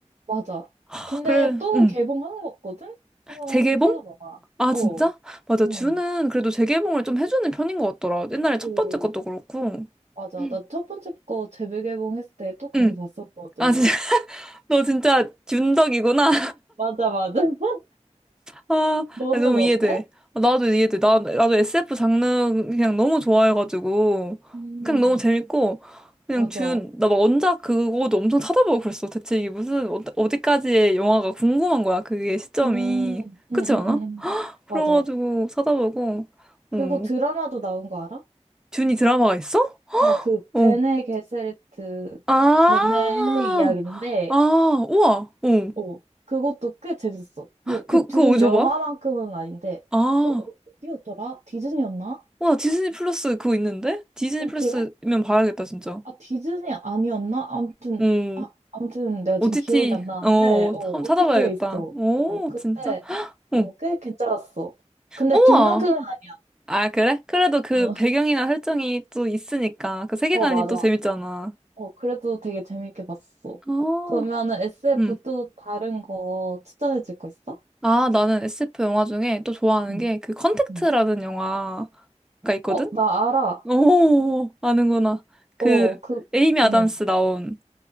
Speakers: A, on the right; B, in the centre.
A: 맞아.
B: 아,
A: 근데
B: 그래,
A: 또
B: 음.
A: 개봉하는 거 같거든? 한번,
B: 재개봉?
A: 한번 찾아봐봐.
B: 아,
A: 어.
B: 진짜? 맞아.
A: 응.
B: 주는 그래도 재개봉을 좀 해주는 편인 것 같더라. 옛날에 첫
A: 오.
B: 번째 것도 그렇고.
A: 맞아.
B: 응.
A: 나 첫 번째 거 재개봉했을 때 또 가서
B: 응.
A: 봤었거든.
B: 아, 진짜. <laughs> 너 진짜 균덕이구나.
A: 맞아, 맞아. <laughs>
B: 아,
A: 너는
B: 너무
A: 어때?
B: 이해돼. 아, 나도 이해돼. 나, 나도 SF 장르 그냥 너무 좋아해가지고.
A: 어머나.
B: 그냥 너무 재밌고. 그냥
A: 맞아.
B: 준, 나막 원작 그거도 엄청 찾아보고 그랬어. 대체 이게 무슨, 어- 어디까지의 영화가 궁금한 거야. 그게 시점이.
A: 음,
B: 그렇지
A: 음, 음,
B: 않아?
A: 음. 음.
B: 그래가지고
A: 맞아.
B: 찾아보고. 어,
A: 그거 드라마도 나온 거 알아?
B: 준이 드라마가 있어?
A: 어, 그 베네
B: 어.
A: 게세리트
B: 아,
A: 걔네 이야기인데,
B: 아, 우와. 어.
A: 어, 그것도 꽤 재밌었어. 그,
B: 그,
A: 그
B: 그거
A: 둘은
B: 어디서
A: 영화만큼은
B: 봐?
A: 아닌데,
B: 아,
A: 어, 어디였더라? 디즈니였나?
B: 우와. 디즈니 플러스 그거 있는데? 디즈니
A: 어,
B: 플러스면
A: 그래?
B: 봐야겠다, 진짜.
A: 아, 디즈니 아니었나? 아무튼,
B: 오,
A: 아, 아무튼 내가
B: OTT,
A: 지금 기억이 안 나는데,
B: 어,
A: 어,
B: 한번
A: OTT에
B: 찾아봐야겠다.
A: 있어.
B: 오,
A: 어, 그때,
B: 진짜?
A: 어,
B: 응.
A: 꽤 괜찮았어. 근데
B: 우와!
A: 뒷만큼은 아니야.
B: 아, 그래? 그래도 그
A: 어,
B: 배경이나 설정이 또 있으니까 그 세계관이
A: 어, 맞아.
B: 또 재밌잖아.
A: 어, 그래도 되게 재밌게 봤어.
B: 어,
A: 그러면은 SF
B: 응.
A: 또 다른 거 추천해 줄 거 있어?
B: 아, 나는 SF 영화 중에 또 좋아하는
A: 응,
B: 게 그 컨택트라는
A: 응.
B: 영화가 있거든?
A: 어, 나 알아.
B: 오, 아는구나. 그
A: 어, 그,
B: 에이미 아담스
A: 어,
B: 나온.